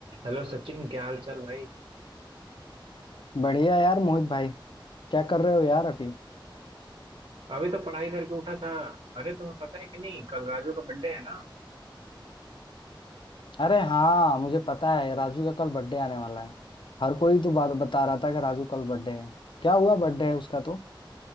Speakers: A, on the right (about 90°); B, on the left (about 70°).
A: Hello Sachin क्या हाल चाल भाई
B: बढ़िया यार मोहित भाई क्या कर रहे हो यार अभी
A: अभी तो पढ़ाई करके उठा था अरे तुम्हें पता है कि नहीं कल राजू का बर्थडे है ना
B: अरे हाँ मुझे पता है राजू का कल बर्थडे आने वाला है हर कोई तो बात बता रहा था कि राजू कल बर्थडे है क्या हुआ बर्थडे है उसका तो